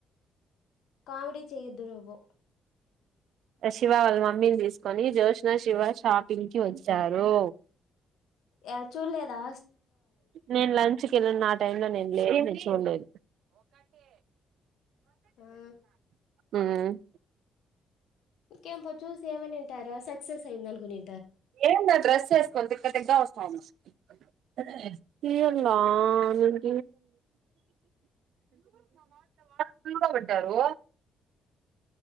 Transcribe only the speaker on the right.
శివ వాళ్ళ మమ్మీని తీసుకొని జ్యోష్న శివ షాపింగ్ కి వచ్చారు
నేను లంచ్ కెళ్ళిన ఆ టైం లో నేన్ లేను చూడలేదు
ఉమ్ ఉమ్
ఎందీ ఆ డ్రెస్ ఏసుకొని తిక్కతిక్క గా వస్తా <unintelligible> సిమ్ వెట్టారు